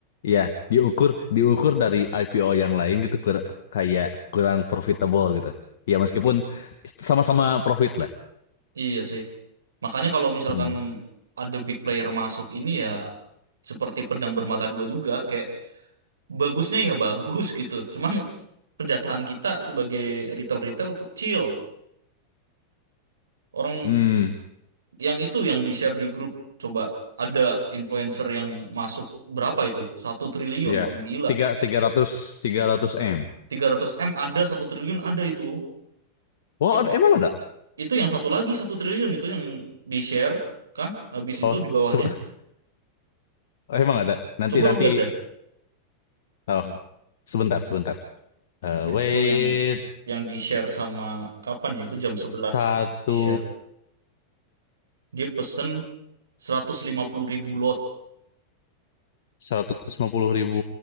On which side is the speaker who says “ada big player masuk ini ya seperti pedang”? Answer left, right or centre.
Right